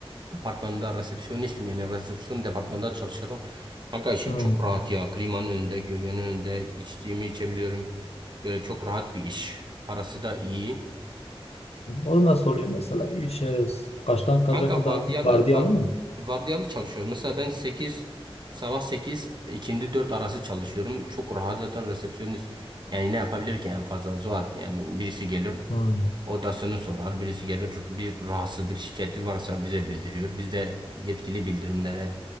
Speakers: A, on the right; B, on the left.
A: departmanında resepsiyonistim yani resepsiyon departmanında çalışıyorum. Kanka işim
B: Hmm.
A: çok rahat ya. Klimanın önünde, gölgenin önünde içtiğimi içebiliyorum. Böyle çok rahat bir iş. Parası da iyi.
B: O nasıl oluyor mesela? İş, e, kaçtan kaça
A: Kanka
B: kadar
A: vardiyalar
B: vardiyalı
A: var
B: mı?
A: vardiyalı çalışıyoruz. Mesela ben sekiz sabah 8 ikindi 4 arası çalışıyorum. Çok rahat zaten resepsiyonist. Yani ne yapabilir ki en fazla Zuhat yani birisi gelir
B: Hmm.
A: odasını sorar. Birisi gelir bir rahatsızlık şikayeti varsa bize bildiriyor. Biz de yetkili bildirimlere